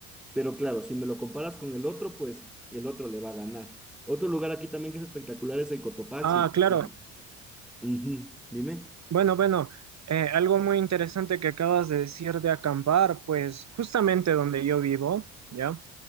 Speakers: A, in the centre; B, on the right.
A: pero claro, si me lo comparas con el otro, pues el otro le va a ganar. Otro lugar aquí también que es espectacular es el Cotopaxi.
B: Ah,
A: porque-
B: claro.
A: Ujú, Dime.
B: Bueno, bueno, eh, algo muy interesante que acabas de decir de acampar, pues justamente donde yo vivo, ¿ya?